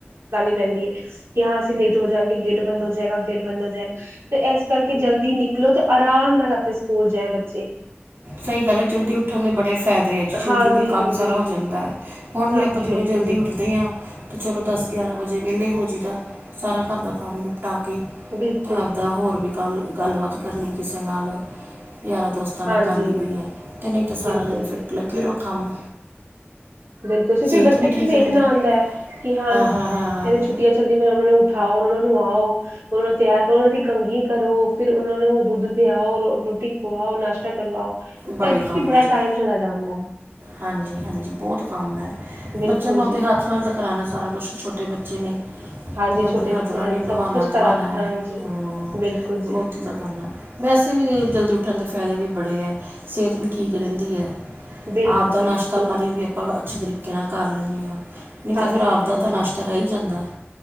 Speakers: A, on the right; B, on the right.
A: ਪੈਂਦੀ ਹੈ। ਸੀ ਲੇਟ ਹੋ ਜਾਣਗੇ, ਗੇਟ ਬੰਦ ਹੋ ਜਾਏਗਾ, ਗੇਟ ਬੰਦ ਹੋ ਜਾਏਗਾ, ਤੇ ਇਸ ਕਰਕੇ ਜਲਦੀ ਨ ਲੋ, ਤੇ ਆਰਾਮ ਨਾਲ ਆਪਣੇ ਸਕੂਲ ਜਾਏ ਬੱਚੇ।
B: ਸਹੀ ਗੱਲ ਹੈ, ਜਲਦੀ ਉੱਠਣ ਦੇ ਬੜੇ ਫ਼ਾਇਦੇ ਹੈ‌, ਜਲਦੀ
A: ਹਾਂਜੀ
B: ਜਲਦੀ ਕੰਮ
A: ਹਾਂਜੀ
B: ਸਾਰਾ
A: ਹਾਂਜੀ
B: ਹੋ ਜਾਂਦਾ ਹੈ ਹੁਣ ਵੀ
A: ਹਾਂਜੀ
B: ਆਪਾਂ ਜਿਵੇਂ
A: ਬਿਲਕੁਲ
B: ਜਲਦੀ
A: ਜੀ
B: ਉੱਠਦੇ ਹਾਂ। ਤੇ ਚਲੋ ਦਸ ਗਿਆਰਾਂ ਵਜੇ ਵਿਹਲੇ ਹੋ ਜਾਈਦਾ, ਸਾਰਾ ਘਰ ਦਾ ਕੰਮ ਨਿਪਟਾ ਕੇ
A: ਬਿਲਕੁਲ
B: ਤੇ ਆਪਦਾ
A: ਜੀ
B: ਹੋਰ ਵੀ ਗੱਲ ਗੱਲਬਾਤ ਕਰਨੀ ਕਿਸ਼ੇ ਨਾਲ, ਯਾਰਾਂ ਦੋਸਤਾਂ
A: ਹਾਂਜੀ
B: ਨਾਲ। ਕਰਲੀ ਦੀ ਐ, ਤੇ ਨਹੀਂ ਤੇ ਸਾਰਾ
A: ਬਿਲਕੁਲ
B: ਦਿਨ
A: ਜੀ
B: ਫਿਰ ਲੱਗੇ ਰਹੋ ਕੰਮ
A: ਬਿਲਕੁਲ ਜੀ, ਫਿਰ
B: ਸਿਹਤ
A: ਬੱਚਿਆਂ
B: ਠੀਕ
A: ਨੂੰ ਵੀ ਵੇਖਣਾ
B: ਰਹਿੰਦੀ
A: ਆਉਂਦਾ ਹੈ, ਕਿ ਹਾਂਜੀ
B: ਹਾਂ ਹਾਂ ਹਾਂ
A: ਬੱਚਿਆਂ ਨੂੰ ਛੁੱਟੀਆਂ ਚ ਚਲਦੀ ਫੇਰ ਉਹਨਾ ਨੂੰ ਉਠਾਓ, ਉਹਨਾਂ ਨੂੰ ਨਵਾਉ ਉਹਨਾਂ ਨੂੰ ਤਿਆਰ ਕਰੋ, ਉਹਦੀ ਕੰਘੀ ਕਰੋ, ਫਿਰ ਉਹਨਾਂ ਨੂੰ ਦੁੱਧ ਪਿਆਓ, ਰੋਟੀ ਖਵਾਓ ਨਾਸ਼ਤਾ ਕਰਵਾਓ।
B: ਬੜੇ
A: ਇਹਦੇ
B: ਕੰਮ
A: ਈ ਬੜਾ
B: ਹੈ ਜੀ
A: ਟਾਈਮ ਚਲਾ ਜਾਂਦਾ ਹੈ।
B: ਹਾਂਜੀ ਹਾਂਜੀ, ਬਹੁਤ ਕੰਮ ਹੈ,
A: ਬਿਲਕੁਲ
B: ਬੱਚਿਆਂ ਨੂੰ ਆਪਦੇ
A: ਜੀ
B: ਹੱਥ ਨਾਲ ਕਰਾਉਣਾ' ਸਾਰਾ ਕੁਛ, ਛੋਟੇ ਬੱਚੇ ਨੇ,
A: ਹਾਂਜੀ
B: ਤੇ ਆਪਦੇ
A: ਛੋਟੇ
B: ਹੱਥ
A: ਬੱਚੇ ਨੇ
B: ਨਾਲ ਹੀ ਨਵਾਉਣਾ
A: ਸਭ ਕੁਛ ਕਰਾ
B: ਧਵਾਉਣਾ,
A: ਕੇ ਹਾਂਜੀ
B: ਹੂ
A: ਬਿਲਕੁਲ ਜੀ
B: ਖ਼ੁਦ। ਤਾਂ ਕਰਨਾ, ਵੈਸੇ ਵੀ ਜਲਦੀ ਉੱਠਣ ਦੇ ਫਾਇਦੇ ਵੀ ਬੜੇ ਹੈ, ਸਿਹਤ ਵੀ ਠੀਕ ਰਹਿੰਦੀ ਹੈ
A: ਬਿਲਕੁਲ
B: ਆਪ ਦਾ
A: ਜੀ
B: ਨਾਸ਼ਤਾ
A: ਬਿਲਕੁਲ
B: ਪਾਣੀ ਵੀ ਆਪਾਂ, ਅੱਛੇ ਤਰੀਕੇ ਨਾਲ ਕਰ ਲੈਂਨੇ ਆਂ। ਨਹੀਂ ਤੇ,
A: ਹਾਂਜੀ
B: ਫਿਰ ਆਪਦਾ ਤਾਂ
A: ਹਾਂਜੀ
B: ਨਾਸ਼ਤਾ ਰਹਿ ਹੀ ਜਾਂਦਾ।